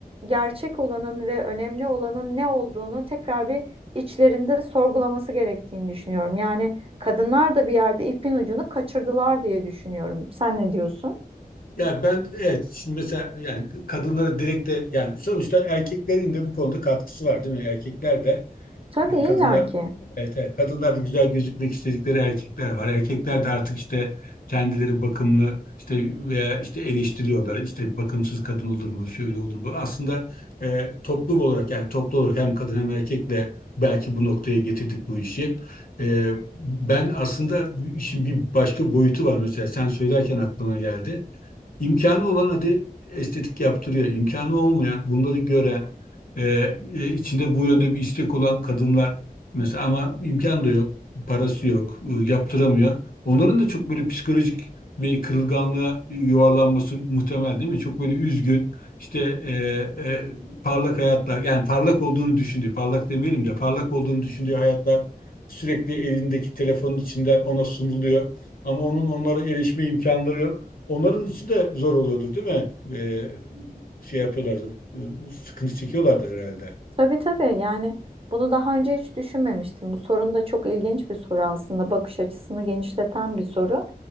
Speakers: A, on the right; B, on the left.
A: gerçek olanın ve önemli olanın ne olduğunu tekrar bir içlerinde sorgulaması gerektiğini düşünüyorum. Yani Kadınlar da bir yerde ipin ucunu kaçırdılar diye düşünüyorum. Sen ne diyorsun?
B: Ya ben evet şimdi mesela yani kadınlara direkt de yani sonuçta erkeklerin de bu konuda katkısı var değil mi? Erkekler de
A: Tabii
B: Yani
A: illaki.
B: kadınlar evet, evet kadınlar da güzel gözükmek istedikleri erkekler var. Erkekler de artık işte kendileri bakımlı işte veya işte eleştiriyorlar. İşte bakımsız kadın olur mu, şöyle olur mu? Aslında e, toplum olarak yani toplu olarak hem kadın hem erkekle belki bu noktaya getirdik bu işi. E, ben aslında bu işin bir başka boyutu var mesela sen söylerken aklıma geldi. İmkanı olan hadi estetik yaptırıyor. İmkanı olmayan, bunları gören, e, e, içinde bu yönde bir istek olan kadınlar mesela ama imkan da yok, parası yok, e, yaptıramıyor. Onların da çok böyle psikolojik ve kırılganlığa yuvarlanması muhtemel değil mi? Çok böyle üzgün, işte e, e, parlak hayatlar, yani parlak olduğunu düşündüğü, parlak demeyelim de parlak olduğunu düşündüğü hayatlar sürekli elindeki telefonun içinden ona sunuluyor. Ama onun onlara erişme imkanları yok. Onların için de zor oluyordur değil mi? Ee, şey yapıyorlardır, e, sıkıntı çekiyorlardır herhalde.
A: Tabii tabii yani bunu daha önce hiç düşünmemiştim. Bu sorun da çok ilginç bir soru aslında. Bakış açısını genişleten bir soru.